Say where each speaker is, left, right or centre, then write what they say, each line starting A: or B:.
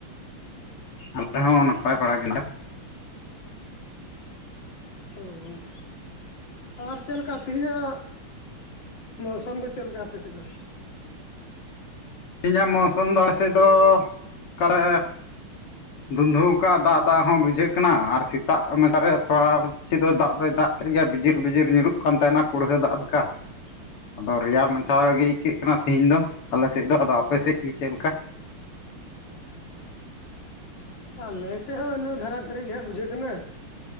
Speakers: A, on the left; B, on the left.
A: ᱟᱞᱮ ᱦᱚᱸ ᱱᱟᱯᱟᱭ ᱵᱚᱲᱟ ᱜᱤᱱᱟᱜ
B: ᱚ ᱟᱨ ᱪᱮᱫ ᱞᱮᱠᱟ ᱛᱮᱦᱤᱧᱟᱜ ᱢᱳᱥᱟᱢ ᱫᱚ ᱪᱮᱫ ᱞᱮᱠᱟ ᱟᱯᱮ ᱥᱮᱫ ᱫᱚ
A: ᱛᱤᱧᱟᱹᱜ ᱢᱳᱥᱟᱢ ᱫᱟ ᱟᱞᱮᱥᱮᱫ ᱫᱚ ᱠᱟᱞᱮ ᱫᱩᱱᱫᱷᱩᱣᱟᱹ ᱟᱠᱟᱫ ᱫᱟᱜ ᱫᱟᱜ ᱦᱚᱸ ᱵᱩᱡᱷᱟᱹᱜ ᱠᱟᱱᱟ ᱟᱨ ᱥᱮᱛᱟᱜ ᱢᱮᱪᱟ ᱨᱮ ᱛᱷᱚᱲᱟ ᱪᱮᱫ ᱫᱚ ᱫᱟᱜ ᱫᱚᱭ ᱫᱟᱜ ᱴᱷᱤᱠ ᱜᱮᱭᱟ ᱵᱤᱡᱤᱨ ᱵᱤᱡᱤᱨ ᱧᱩᱨᱩᱜ ᱠᱟᱱ ᱛᱟᱦᱮᱱᱟ ᱠᱩᱲᱦᱟᱹ ᱫᱟᱜ ᱞᱮᱠᱟ
B: <inaudible>
A: ᱟᱫᱚ ᱨᱮᱭᱟᱲ ᱢᱟᱪᱷᱟ ᱜᱮ ᱟᱹᱭᱠᱟᱹᱜ ᱠᱟᱱᱟ ᱛᱮᱦᱤᱧ ᱫᱚ ᱟᱞᱮ ᱥᱮᱫ ᱫᱚ ᱟᱫᱚ ᱟᱯᱮ ᱥᱮᱫ ᱜᱮ ᱪᱮᱫ ᱞᱮᱠᱟ
B: ᱟᱞᱮᱥᱮᱫ ᱦᱚᱸ ᱤᱱᱟᱹ ᱫᱷᱟᱨᱟ ᱫᱷᱟᱨᱤ ᱦᱟᱸᱜ ᱵᱩᱡᱷᱟᱹᱜ ᱠᱟᱱᱟ